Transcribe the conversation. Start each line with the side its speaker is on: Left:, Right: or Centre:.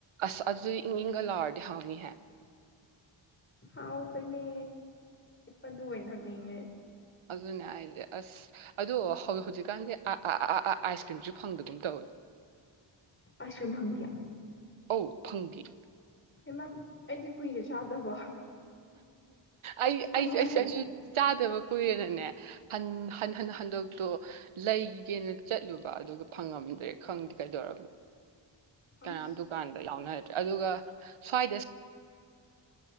Right: ꯑꯁ ꯑꯗꯨꯗꯤ ꯏꯪ ꯏꯪꯒ ꯂꯥꯔꯗꯤ ꯍꯥꯡꯃꯤ ꯍꯥꯏ
Left: ꯍꯥꯎꯕꯅꯦ ꯑꯗꯨ ꯑꯣꯏꯅ ꯊꯛꯅꯤꯡꯉꯦ
Right: ꯑꯗꯨꯅ ꯍꯥꯏ ꯑꯁ ꯑꯗꯣ ꯍꯧꯖꯤꯛꯀꯥꯟꯁ ꯑꯥꯏꯁ ꯀ꯭ꯔꯤꯝꯁꯨ ꯐꯪꯗꯒꯨꯝ ꯇꯧꯋꯦ
Left: ꯑꯏꯁꯀꯔ꯭ꯦꯝ ꯐꯪꯗꯦꯑ
Right: ꯑꯧ ꯐꯪꯗꯤꯑ
Left: ꯍꯩꯃꯥ ꯑꯩꯗꯤ ꯀꯨꯏꯔꯦ ꯆꯥꯗꯕ
Right: ꯑꯩ
Left: ꯈꯪꯍꯧꯗ꯭ꯔꯦ
Right: ꯑꯩꯁꯨ ꯑꯩꯁꯨ ꯑꯩꯁꯨ ꯆꯥꯗꯕ ꯀꯨꯏꯔꯦꯅꯅꯦ ꯍꯟ ꯍꯟꯅ ꯍꯟꯗꯣꯛ ꯇꯣ ꯂꯩꯒꯦꯅ ꯆꯠꯂꯨꯕ ꯑꯗꯨꯒ ꯐꯪꯉꯝꯗ꯭ꯔꯦ ꯈꯪꯗꯦ ꯀꯩꯗꯧꯔꯕꯅꯣ ꯀꯅꯥꯝ
Left: ꯑꯁ
Right: ꯗꯨꯀꯥꯟꯗ ꯌꯥꯎꯅ ꯑꯗꯨꯒ ꯁ꯭ꯋꯥꯏꯗ